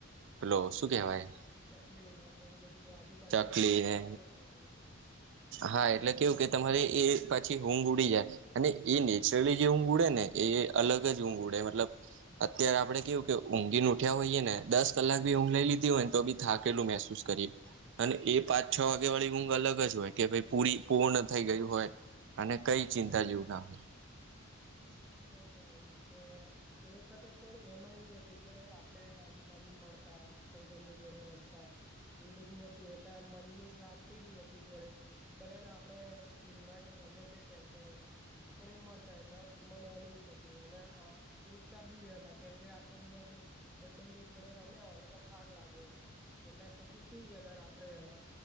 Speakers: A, on the right; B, in the centre.
A: હલો શું કેવાય?
B: ચકલી એ બધું આજુબાજુમાં
A: ચકલી
B: બોલવાનું
A: ને
B: ચાલુ થઇ જાય.
A: હા એટલે
B: અને
A: કેવું કે તમારે એ પછી ઊંઘ ઉડી જાય અને એ નેચરલી જે ઊંઘ ઉડે ને એ અલગ જ ઊંઘ ઉડે મતલબ અત્યારે આપડે કેવું કે ઊંઘીને ઉઠ્યા હોઈયએ ને દસ કલાક ભી ઊઘલાઈ લીધી હોય તો ભી થા કેટલું મહેસૂસ કરીએ. અને એ પાંચ છ વાગ્યા વાળી ઊંઘ અલગ જ હોય કે ભાઈ પૂરી પૂર્ણ થઈ ગયું હોય. અને કઈ ચિંતા જેવું ના હોય.
B: તોછ હો કે એ વખતે પણ એમાં એવું હતું કે આપણે આજુબાજુ મળતા ભાઈબંધો જોડે રમતા. એવું બધું હતું એટલે આ મનની શાંતિ બી હતી થોડીક. ભલેને આપણે સ્કૂલ માં કે ગમે તે ટેન્શન હોય પણ એમ મળતા એટલે મને હળવું થતું અને આ ઊંઘતા બી વલા કેમકે આખો દિવસ ભાઈ બંધો જોડે રમ્યા હોય એટલે થાક લાગ્યો હોય એટલે પછી સુ ગયા ત રાત્રે વહેલા.